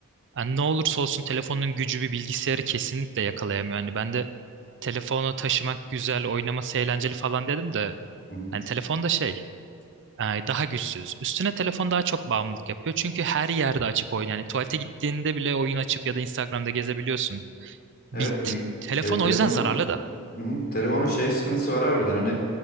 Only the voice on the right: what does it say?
yani ne olursa olsun telefonun gücü bir bilgisayarı kesinlikle yakalayamıyor. hani ben de telefonu taşımak güzel, oynaması eğlenceli falan dedim de
Hani telefonda şey e, daha güçsüz. Üstüne telefon daha çok bağımlılık yapıyor. Çünkü her yerde açıp oyun. Yani tuvalete gittiğinde bile oyun açıp ya da Instagram'da gezebiliyorsun. Bir
t-
telefon
o yüzden zararlı da.